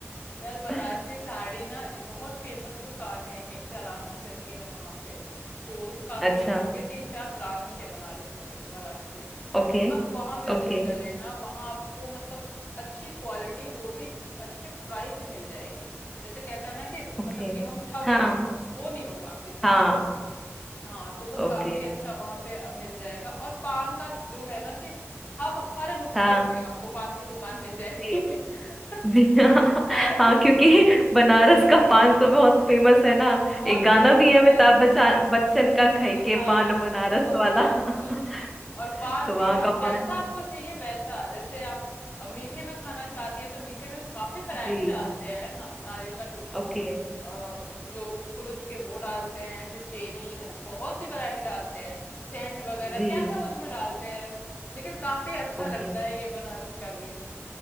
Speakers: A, on the left (about 35°); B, in the centre.
A: यार बनारसी
B: <laughs>
A: साड़ी ना बहुत फेमस दुकान है एक जालांस करके है वहां पे शोरूम काफी
B: अच्छा
A: है उसके तीन चार ब्रांच है बनारस में उसके वाराणसी में तो
B: Okay
A: आप वहां विजिट
B: okay
A: कर लेना वहां आपको मतलब अच्छी क्वालिटी वो भी अच्छे प्राइस में मिल जाएगी जैसे कहते हैं ना कि
B: okay
A: मतलब कि हम ठगे
B: हाँ
A: गए वो नहीं होगा आपके साथ
B: हाँ
A: हाँ तो वो
B: ओके
A: काफी अच्छा वहां पे मिल जाएगा और पान का जो है ना कि हब हर नुक्कड़
B: हाँ
A: पे आपको पान की दुकान मिल जाएगी
B: जी
A: <laughs>
B: <laughs> जी हाँ
A: इतना
B: हाँ क्योंकि बनारस का
A: हाँ,
B: पान तो बहुत फेमस है ना
A: बहुत
B: एक गाना
A: फेमस
B: भी है अमिताभ
A: है
B: बच्चन बच्चन का खै के
A: हाँ
B: पान बनारस
A: हाँ
B: वाला
A: हाँ
B: <laughs>
A: और पान
B: तो वहाँ
A: भी ना
B: का
A: जैसा
B: पान
A: आपको चाहिए वैसा जैसे आप अ, मीठे में खाना चाहती है तो मीठे में वो काफी वैरायटी
B: जी
A: डालते हैं ना, नारियल का टू- वो
B: ओके
A: अ, जो खुरुच के वो डालते हैं फिर चेरी मतलब बहुत सी वैरायटी डालते हैं सेंट वगैरह
B: जी
A: क्या क्या उसमें डालते हैं लेकिन काफी अच्छा
B: ओके
A: लगता है ये बनारस का भी